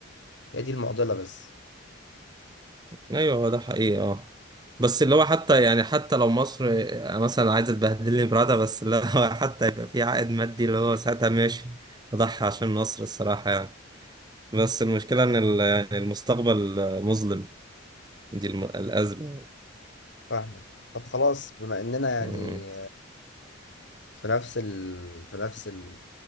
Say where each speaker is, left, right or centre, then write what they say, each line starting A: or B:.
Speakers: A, on the left; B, on the right.
A: هي دي المعضلة بس
B: أيوه هو ده حقيقي أه بس اللي هو حتى يعني حتى لو مصر مثلا عايزة تبهدلني برادة بس اللي هو <laughs> حتى يبقى في عائد مادي اللي هو ساعتها ماشي أضحي عشان مصر الصراحة يعني بس المشكلة إن ال- يعني المستقبل مظلم دي الم- الأزمة
A: فاهمك طب خلاص بما اننا يعني
B: مم.
A: في نفس ال... في نفس ال-